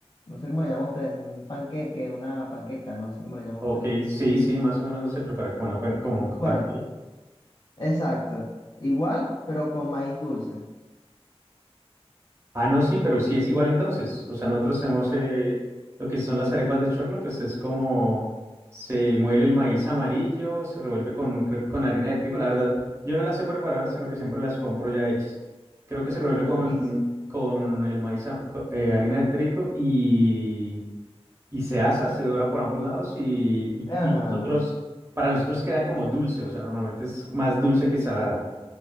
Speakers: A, on the left (about 45°); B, on the right (about 25°).
A: no sé cómo le llaman ustedes, un panqueque, una panqueca, no sé cómo le llaman
B: Ok,
A: ustedes.
B: sí, sí, más o menos se prepara como una pan, como un pancake.
A: Bueno, exacto. Igual, pero con maíz dulce.
B: Ah, no, sí, pero sí es igual entonces. O sea, nosotros hacemos
A: Ah,
B: eh, lo que son las arepas de choclo, pues es como se muele el maíz amarillo, se revuelve con, creo que con harina de trigo. La verdad, yo no las sé preparar, sino que siempre las compro ya hechas. Creo que se revuelve
A: ah,
B: con,
A: y, s-
B: con el maíz, a- co- eh, harina de trigo y, y se asa, se dora por ambos lados y, y,
A: ajá.
B: y nosotros, para nosotros queda como dulce, o sea, normalmente es más dulce que salada.